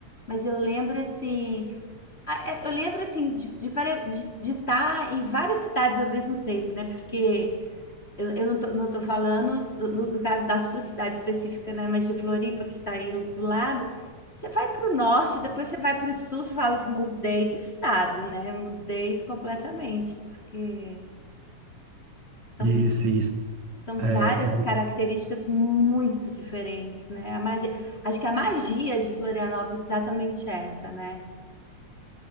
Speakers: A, on the left; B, on the right.
A: mas eu lembro assim, a- é, eu lembro assim de de pare- de- de estar em várias cidades ao mesmo tempo, né? Porque eu, eu não tô, não tô falando do, no- do caso da sua cidade específica, né? Mas de Floripa, que está aí do lado. Você vai para o norte, depois você vai para o sul, você fala assim, mudei de estado, né? Mudei completamente, porque são
B: Isso, isso.
A: são
B: É,
A: várias
B: é
A: características muito diferentes, né? A magia, acho que a magia de Florianópolis é exatamente essa, né?